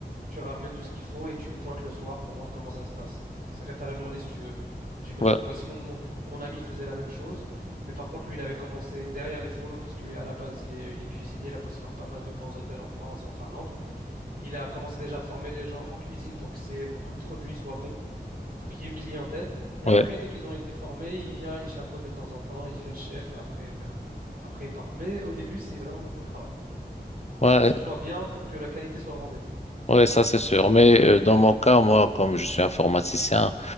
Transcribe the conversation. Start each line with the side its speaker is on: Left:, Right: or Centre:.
Right: tu ramènes tout ce qu'il faut et tu pointes le soir pour voir comment ça se passe. C'est-à-dire que t'as la journée si tu veux. J'imagine.
Left: Ouais,
Right: Moi, si mon, mon, mon ami faisait la même chose, mais par contre, lui, il avait commencé derrière les fourneaux parce que lui, à la base, il est, il est cuisinier, il a bossé dans pas mal de grands hôtels en France et en Finlande. Il a commencé déjà à former les gens en cuisine pour que c'est, pour que le produit soit bon pour qu'il y ait une clientèle. Et
Left: ouais,
Right: après, dès qu'ils ont été formés, il vient, il chapeaute de temps en temps, il fait le chef et après, euh, après il part. Mais au début, c'est vraiment beaucoup de travail pour
Left: ouais,
Right: que ce soit bien, pour que la qualité soit au rendez-vous.
Left: ouais, ça c'est sûr. Mais euh, dans mon cas, moi, comme je suis informaticien,